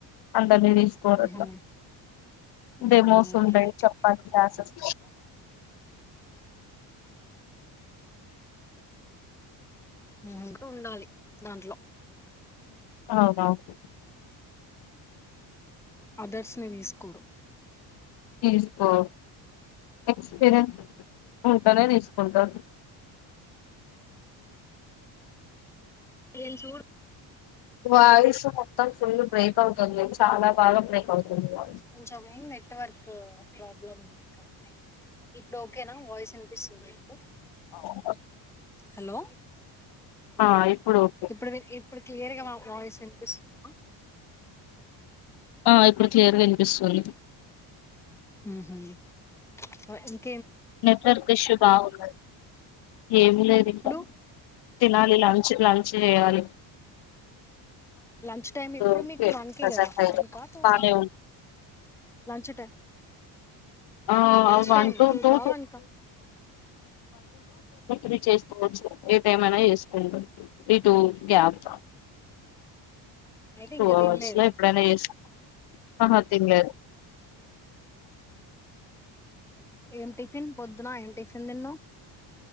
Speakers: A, on the left; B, in the centre.
A: అందరినీ తీసుకొరట్ల
B: ఉహు,
A: అంటే
B: ఉహు,
A: <unintelligible>
B: ఓకే ఓకే
A: చెప్పాలి క్లాసెస్
B: మ్మ్ ఉండాలి దాంట్లో
A: అవునవును
B: అదర్స్ ని తీసుకోరు
A: తీసుకో ఎక్స్పీరియన్స్ ఊరకనే తీసుకోరుగా
B: <unintelligible> చూడు
A: వాయిస్ మొత్తం ఫుల్ బ్రేక్ అవుతుంది. చాలా బాగా బ్రేక్ అవుతుంది. వాయిస్
B: కొంచమే నెట్వర్క్ ప్రాబ్లం ఉంటది ఇప్పుడు ఓకే నా వాయిస్ వినిపిస్తుంద ఇప్పుడు
A: అవును
B: హలో
A: ఆ ఇప్పుడు ఓకే
B: ఇప్పుడు మీ ఇప్పుడు క్లియర్ గా మా వాయిస్ వినిపిస్ <unintelligible>
A: ఆ ఇప్పుడు క్లియర్గా వినిపిస్తుంది
B: మ్మ్ హ్మ్ వచ్చి
A: నెట్వర్క్ ఇషూ బాగుందా ఏం లేదు
B: ఇప్పుడు
A: ఇంకా తినాలి లంచ్ లంచ్ చేయాలి
B: లంచ్ టైమ్ ఇప్పుడు
A: ఓకే
B: మీకు వన్ కి
A: ప్రజెంట్
B: కదా.
A: అయితే
B: వన్ కా, టూ
A: బానే
B: కా
A: ఉంది
B: లంచ్ టైమ్
A: ఆ
B: లంచ్
A: వన్ టు టూ
B: కా వన్ కా
A: <inaudible> చేసుకోవచ్చు ఏదే ఏమైనా చేసుకొండి ఇటు గ్యాప్
B: అయితే
A: టూ
B: ఇంకా
A: హావర్స్
B: తినలేదు
A: లో ఎప్పుడైన చేసుకో, అహ తినలేదు
B: ఏం టిఫిన్ పొద్దున ఏం టిఫిన్ తిన్నవ్